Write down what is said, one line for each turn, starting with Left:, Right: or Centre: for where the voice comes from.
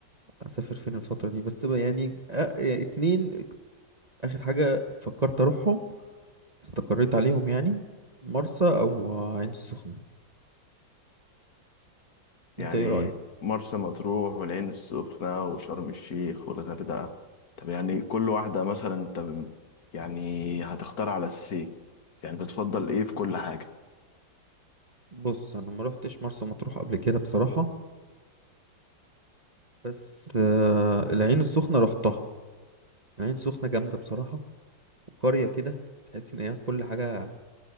Right: اسافر فين الفترة دي بس بقى يعني آ- يعني اتنين اخر حاجة فكرت اروحهم استقريت عليهم يعني مرسى او عين السخنة
Left: يعني
Right: انت ايه رأيك
Left: مرسى مطروح والعين السخنة وشرم الشيخ والغردقة طب يعني كل واحدة مثلا انت ب- يعني هتختار على اساس ايه يعني بتفضل ايه في كل حاجة
Right: بص انا ما روحتش مرسى مطروح قبل كده بصراحة بس آه، العين السخنة روحتها العين السخنة جامدة بصراحة وقرية كده تحس ان هي كل حاجة